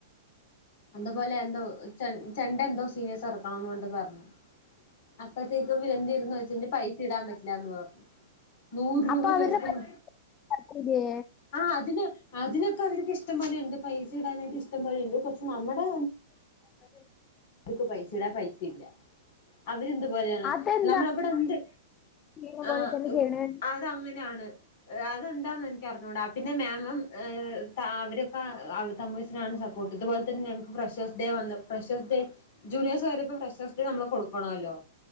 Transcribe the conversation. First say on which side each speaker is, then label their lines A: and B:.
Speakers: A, on the left; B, on the left.
A: അതുപോലെ എന്തോ ചെണ്ട എന്തോ സീനിയസ് പറണംന്ന് വണ്ട പറഞ്ഞു <unintelligible> അപ്പത്തേക്കും ഇവലന്തിയത് വെച്ചഞ്ഞ പൈസ ഇടാൻ പറ്റില്ല
B: ആഹ്
A: എന്ന് പറഞ്ഞു നൂറ് രൂപ
B: അപ്പൊ അവരുടെ
A: ചേദിക്കുന്നു
B: പറ്റില്ലേ
A: ആ അതിന് അതിനൊക്കെ അവർക്ക് ഇഷ്ടപോലെ ഉണ്ട് പൈസ ഇടാനായിട്ട് ഇഷ്ടംപലെയണ്ട് നമ്മുടെ
B: അ <inaudible>
A: അവർക്ക് പൈസ ഇടാ പൈസ ഇല്ല അവരന്തു പോലെയാണ്
B: അതെന്താ
A: നമ്മളവിടെ എന്ത്
B: ചെയ്യുന്ന
A: ആ
B: പോലെ തന്നെ ചെയ്യണേ
A: അതങ്ങനെയാണ് <inaudible> അതെന്താന്ന് എനക്ക് അറിഞ്ഞുകൂടാ പിന്നെ മാമം അവരൊക്കെ തമഴസിനാണ് സ പ്പോട്ട് ഇതു പോലെ തന്നെ ഞങ്ങൾക്ക് ഫ്രഷേഴ്‌സ് ഡേ വന്ന് ഫ്രഷസ് ഡേ ജൂനിയർസ് വരുമ്പോ ഫ്രഷാസ് ഡേ നമ്മള് കൊടുക്കണല്ലോ?